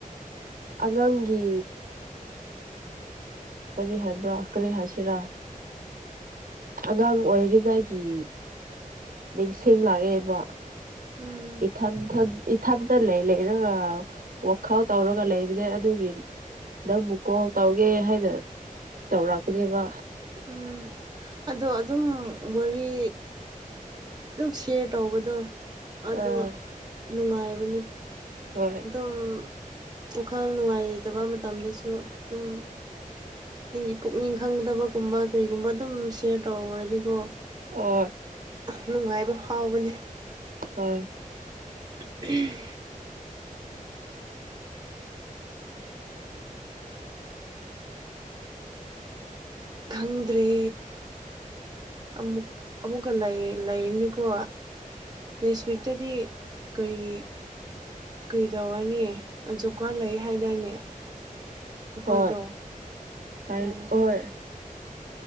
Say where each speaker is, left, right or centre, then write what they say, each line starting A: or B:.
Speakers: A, on the right; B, on the right.
A: ꯑꯉꯥꯡꯒꯤ ꯀꯔꯤ ꯍꯥꯏꯕ꯭ꯔꯥ ꯀꯔꯤ ꯍꯥꯏꯁꯤꯔꯥ ꯑꯉꯥꯡ ꯑꯣꯏꯔꯤꯉꯥꯏꯒꯤ ꯅꯤꯡꯁꯤꯡ ꯂꯥꯛꯑꯦꯕ
B: ꯎꯝ
A: ꯏꯊꯟ ꯊꯟ ꯏꯊꯟꯗ ꯂꯩ ꯂꯩꯔꯒ ꯋꯥꯈꯜ ꯇꯧꯔꯒ ꯂꯩꯕꯅꯦ ꯑꯗꯨꯒꯤ ꯅꯪꯕꯨꯨ ꯀꯣꯜ ꯇꯧꯒꯦ ꯍꯥꯏꯅ ꯇꯧꯔꯛꯄꯅꯦꯕ
B: ꯎꯝ ꯑꯗꯣ ꯑꯗꯨꯝ ꯋꯥꯔꯤ ꯑꯗꯨꯝ ꯁꯤꯌꯔ ꯇꯧꯕꯗꯣ ꯑꯗꯣ
A: ꯑꯥ
B: ꯅꯨꯡꯉꯥꯏꯕꯅꯤ
A: ꯍꯣꯏ
B: ꯑꯗꯨꯝ ꯋꯥꯈꯜ ꯅꯨꯡꯉꯥꯏꯇꯕ ꯃꯇꯝꯗꯁꯨ ꯑꯗꯨꯝ ꯅꯪꯒꯤ ꯄꯨꯛꯅꯤꯡ ꯈꯪꯗꯕꯒꯨꯝꯕ ꯀꯔꯤꯒꯨꯝꯕ ꯑꯗꯨꯝ ꯁꯤꯌꯔ ꯇꯧꯔꯗꯤꯀꯣ
A: ꯑꯣ
B: ꯅꯨꯡꯉꯥꯏꯕ ꯐꯥꯎꯕꯅꯦ
A: ꯍꯣꯏ
B: ꯁꯤ ꯈꯪꯗ꯭ꯔꯦ ꯑꯃꯨꯛ ꯑꯃꯨꯛꯀ ꯂꯩꯥꯏꯔꯅꯤ ꯀꯣ ꯅꯦꯛꯁ ꯋꯤꯛꯇꯨꯗꯤ ꯀꯔꯤꯒꯤ ꯀꯩꯗꯧꯔꯅꯤ ꯖꯣꯕ ꯀꯥꯔꯗ ꯂꯩ ꯍꯥꯏꯗꯥꯏꯅꯦ ꯑꯩꯈꯣꯏꯗꯣ
A: ꯍꯣꯏ ꯍꯥꯏ
B: ꯎꯝ
A: ꯍꯣꯏ